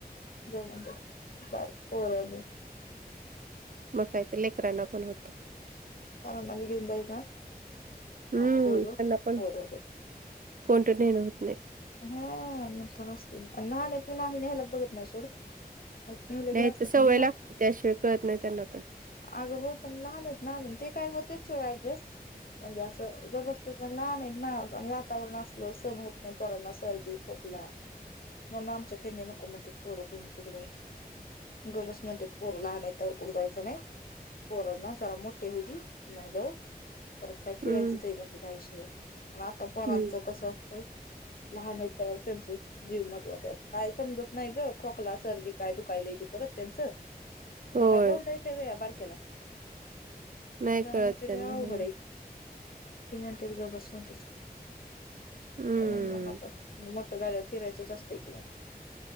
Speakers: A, on the left; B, on the right.
A: जाऊनऊ बर पोरांनी.
B: मग कायत लेकरांना पण होत.
A: कारण मलगूनईना
B: हम्म
A: आम्ही दोघे
B: त्यांना पण
A: पोर
B: कोणतं नेण होत नाही.
A: हा न नसकी लहान आहे तला आम्ही निहायला बघत नाही सोड. नाही नेलं
B: नाही्यायच
A: बी असतं
B: सवय
A: पण
B: लागत त्याशिवाय कळत नाही त्यांना पण.
A: अग हो पण लहान आहेत नाून ते काय होतेच सोड ऍडजस्ट. म्हणजे असं जबरस्तीतण लहान आहेतत नाण वातावरण असलं सण होत नाहीत. कोरोना सर्दी खोकला म्हणून आमच्या हेणी नको म्हण पोरं कुून कुठे जायचं. गबस म्हणतात पोरं लहान नाही तर कुठं जायचं नाही. पोर न सारा मोठे होऊती मग जाऊ. परत काय फिरायचंच
B: हम्म
A: आहे म्हण आयुष्य आता पोरांचं
B: हम्म
A: कसं असतं. लहान य त्यावर त्यांचे. जीव महत्वाचा आहे काय समजत नाही ग खोकला सर्दी काय दुखायला त परत त्यांचं. त्यांना
B: होय
A: काय बोलता येत ते वेया बारकेला.
B: नाही
A: त्याच्यामु
B: कळत
A: तिला
B: त्यांना हम्म
A: अवघड कि म्हणते ज बसलं तिचं.
B: हम्म
A: म्हणून मग आता मोठ जाग्यावर फिरायचं जास्तय कि म्हण